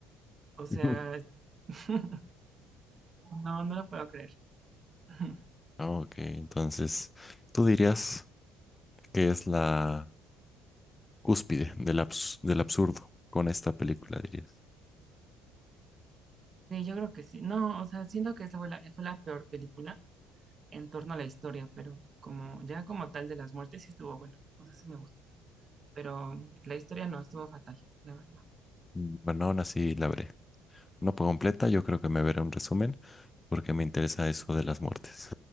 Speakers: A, on the right; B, on the left.
A: O sea,
B: <laughs>
A: <laughs> no, no lo puedo creer. <laughs>
B: Ok, entonces, ¿tú dirías que es la cúspide del abs- del absurdo con esta película, dirías?
A: Sí, yo creo que sí. No, o sea, siento que esa fue la, fue la peor película. en torno a la historia, pero como ya como tal de las muertes sí estuvo bueno, o sea, sí me gustó, pero la historia no estuvo fatal, la verdad.
B: Mm. Bueno, aún así la veré. no por completa, yo creo que me veré un resumen porque me interesa eso de las muertes.